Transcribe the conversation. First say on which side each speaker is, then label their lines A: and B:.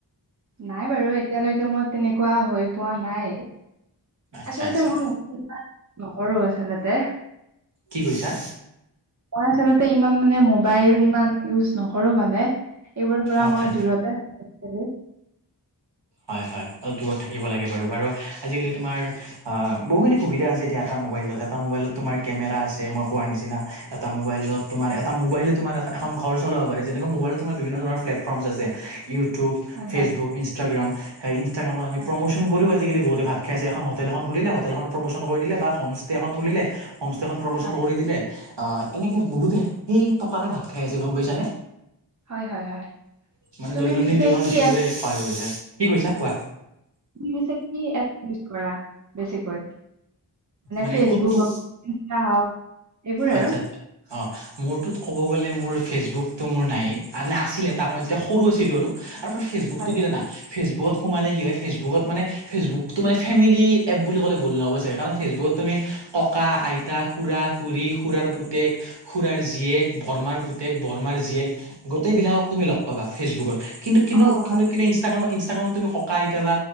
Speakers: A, on the right; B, on the right.
A: নাই বাৰু এতিয়ালৈকে মোৰ তেনেকুৱা হৈ পোৱা নাই।
B: আচ্ছা
A: আচলতে
B: আচ্ছা
A: মই <unintelligible> নকৰো আচলতে।
B: কি কৈছা?
A: মই আচলতে ইমান মানে মোবাইল ইমান ইউজ নকৰো মানে। এইবোৰৰ পৰা
B: আচ্ছা
A: মই দূৰতে থাকো একচুৱেলি।
B: হয়, হয় অলপ দূৰত থাকিব লাগে বাৰু। বাৰু আজিকালি তোমাৰ অ' বহুখিনি সুবিধা আছে। দিয়া তা মোবাইলত। এটা মোবাইলত তোমাৰ কেমেৰা আছে মই কোৱাৰ নিচিনা। এটা মোবাইলত তোমাৰ এটা মোবাইলে তোমাৰ এখন ঘৰ চলাব পাৰে। যেনেকুৱা মোবাইলত তোমাৰ বিভিন্ন ধৰণৰ প্লেটফৰ্মচ আছে ইউ টিউব,
A: হয়
B: ফেচবুক,
A: হয়
B: ইনষ্টাগ্ৰাম হা ইনষ্টাগ্ৰামত আমি
A: হয়
B: প্ৰমোচন কৰো আজিকালি বহুতে ভাত খাই আছে। এখন হোটেল এখন খুলিলে হোটেলখন প্ৰমোচন কৰি দিলে বা হোমষ্টে এখন খুলিলে হোমষ্টেখন প্ৰমোচন
A: হয়
B: কৰি দিলে। আহ এনেকে বহুতে সেই টকাৰে ভাত খাই আছে গ'ম পাইছান?
A: হয় হয় হয়
B: মানে
A: তুমি
B: দৈনন্দিন
A: পিছে
B: জীৱনত
A: কি
B: সেইবোৰে
A: এপছ
B: সহায় কৰিছে। কি কৈছা কোৱা?
A: তুমি পিছে <unintelligible> কৰা বেছিকৈ?
B: মানে
A: ফেচবুক
B: কোনটো
A: হওক ইনষ্টা হওক এইবোৰ আৰু
B: আচ্ছা, অ' মোৰটোত ক'ব গ'লে মোৰ ফেচবুকটো মোৰ নাই। আছিলে এটা সময়ত যেতিয়া সৰু আছিলো আৰু। তাৰপৰা ফেচবুকটো
A: হয়
B: কি
A: হয়
B: জানা ফেচবুক সোমালে কি হয়। ফেচবুকত মানে ফেচবুকটো মানে ফেমিলি এপ বুলি ক'লে ভুল নহ'ব চাগে। কাৰণ ফেচবুকত তুমি ককা, আইতা, খুৰা খুৰী খুৰাৰ পুতেক, খুৰাৰ জীয়েক বৰ মাৰ পুতেক বৰমাৰ জীয়েক গোটেইবিলাকক তুমি লগ পাবা ফেচবুকত। কিন্তু-কিন্তু-কিন্তু-কিন্তু
A: অ হয়
B: ইনষ্টাগ্ৰামত ইনষ্টাগ্ৰামত তুমি ককা আইতা